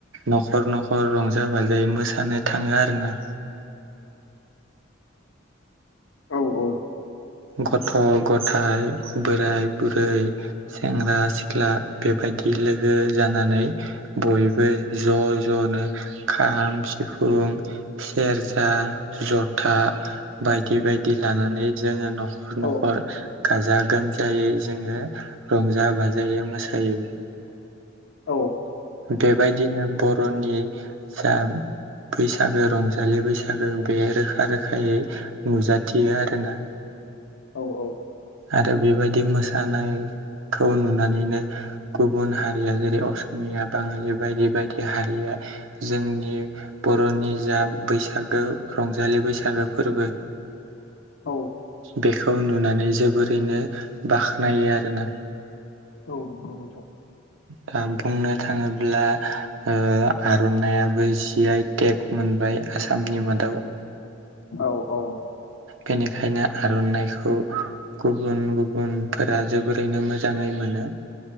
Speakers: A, on the right; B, on the left.
A: न'खर न'खर रंजा बाजायै मोसानो थाङो आरोना।
B: औ औ
A: गथ' गथाय बोराय बुरै सेंग्रा सिख्ला बेबायदि लोगो जानानै बयबो ज' ज'नो खाम सिफुं सेरजा जथा बायदि बायदि लानानै जोङो न'खर न'खर
B: औ
A: गाजा गोमजायै जोङो रंजा बाजायै मोसायो।
B: औ
A: बेबायदिनो बर'नि जा बैसागो रंजालि बैसागो बे रोखा रोखायै नुजाथियो आरोना।
B: औ औ
A: आरो बेबायदि मोसानायखौ नुनानैनो गुबुन हारिया जेरै असमिया बाङालि बायदि बायदि हारिया जोंनि बर'नि जा बैसागो रंजालि बैसागो फोरबो
B: औ
A: बेखौ नुनानै जोबोरैनो बाख्नायो आरोना।
B: औ नंगौ नोंथां
A: दा बुंनो थाङोब्ला ओ आर'नायइाबो जि आइ टेक मोनबाय आसामनि मादाव
B: औ औ
A: बेनिखायनो आर'नाइखौ गुबुन गु बुनफोरा जोबोरैनो मोजाङै मोनो।